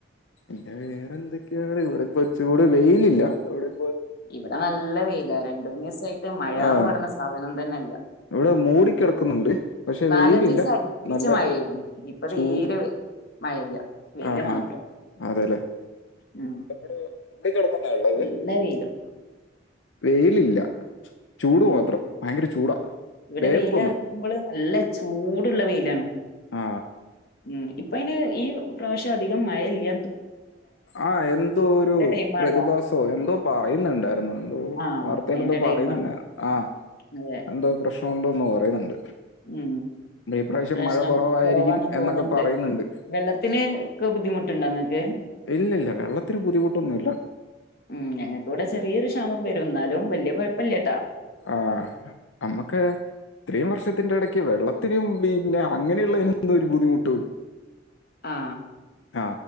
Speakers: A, on the left; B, on the left.
A: പിന്നെ വേറെന്തൊക്കെയാണ് ഇവിടെ ഇപ്പൊ ചൂട് വെയിലില്ല എവിടെ
B: ഇവിടെ നല്ല വെയില രണ്ടു മൂന്ന് ദിവസായിട്ട് മഴാന്ന്
A: ആഹ്
B: പറയണ സാധനം തന്നെയില്ല
A: ഇവിടെ മൂടിക്കിടക്കുന്നുണ്ട് പക്ഷെ
B: നാലഞ്ചു
A: വെയിലില്ല
B: ദിവസം അടുപ്പിച്ച്
A: നല്ല
B: മഴയായിരുന്നു ഇപ്പൊ
A: ചൂട്
B: തീരെ മഴയില്ല വെയില്
A: ആഹാ
B: മാത്രം
A: അതെല്ലേ
B: ഉം
A: അടെ ഇവിടെ മൂടി കിടക്കുന്നാ ഉള്ളത്
B: നല്ല വെയിലും
A: വെയിലില്ല ചൂട്
B: ഉം
A: മാത്രം ഭയങ്കര ചൂടാ
B: ഇവിടെ
A: പേർക്കൊന്നും
B: വെയില ഇറക്കുമ്പോൾ നല്ല ചൂടുള്ള വെയിലാണ് ഉം
A: ആ
B: ഉം ഇപ്പ അതിന് ഈ പ്രാവശ്യം അധികം മഴ ഇല്ല
A: ആ എന്തോ ഒരു
B: ടൈമാണല്ലോ
A: പ്രതിഭാസോ എന്തോ പറയുന്നുണ്ടായിരുന്നു എന്തോ
B: ആഹ്
A: വാർത്തേൽ
B: മഴന്റെ
A: എന്തോ
B: ടൈമാണ്
A: പറയുന്നുണ്ടായി ആ
B: അതെ
A: എന്തോ പ്രശ്നം സൗണ്ട് ഒന്ന് പറയുന്നുണ്ട്
B: ഉം
A: ഈ പ്രാവശ്യം
B: വശം
A: മഴ കുറവായിരിക്കും
B: കുറവാണ് തോന്നുന്നുണ്ട്
A: എന്നൊക്കെ പറയുന്നുണ്ട്
B: വെള്ളത്തിന് ഒക്കെ ബുദ്ധിമുട്ടുണ്ടോ നിങ്ങൾക്ക്
A: ഇല്ല ഇല്ല വെള്ളത്തിന് ബുദ്ധിമുട്ടൊന്നും ഇല്ല
B: ഉം ഞങ്ങൾക്കുവിടെ ചെറിയൊരു ക്ഷാമം വരും എന്നാലും വലിയ കുഴ പല്ലേട്ടാ
A: ആ നമ്മക്ക് ഇത്രയും വർഷത്തിന്റെ ഇടയ്ക്ക് വെള്ള ഇത്തിരിയും പിന്നെ അങ്ങനെയുള്ള കാര്യത്തിലും ഒരു ബുദ്ധിമുട്ട
B: ആ
A: ആ